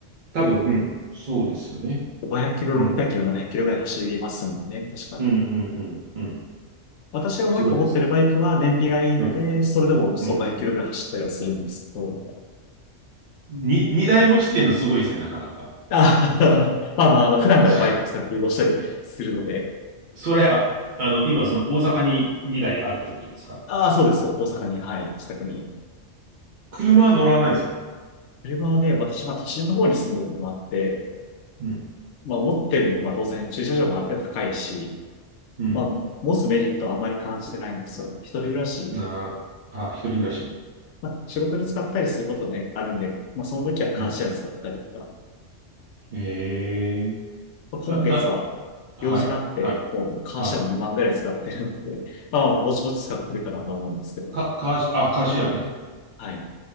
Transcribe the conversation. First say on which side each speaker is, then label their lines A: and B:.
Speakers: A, on the right; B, on the left.
A: 多分、うん。そうですよね。
B: 500キロ、
A: うん。
B: 600キロ、700キロぐらい走りますもんね、確か。
A: うんうんうんうん。
B: 私がもう一個持ってるバイクは燃費がいいので、
A: そうです。うん。
B: それでもそう500キロぐらい走ったりはするんですけど。
A: うん。に二台持ちっていうのすごいですね、なかなか。
B: あ <laughs> まあまあ、あの、普段からバイク使って移動したりするので。
A: <laughs> そそれ、あ、あの、今、その大阪に二台あるってことですか
B: ああ、そうですよ。大阪に、はい、自宅に。
A: 車は乗らないですか
B: 車はね、私、まあ都心の方に住んでるのもあって、
A: うん。
B: まあ持ってるのも、まあ当然駐車場もある程度高いし、
A: うん。
B: まあ、持つメリットはあんまり感じてないんですよ。一人暮らし、
A: なあ、あ、一人暮らし。
B: まあ仕事に使ったりすることね、あるんで、まあその時はカーシェア使ったりとか、
A: うん。ええ
B: 今月は用事があって、
A: あ、あ、はい、はい、
B: もうカーシャム2万ぐらい使ってるので、
A: はい。
B: まあ、ぼちぼち使ってるかなと思うんですけど。
A: か、カーシ、あ、カーシェアね。
B: はい。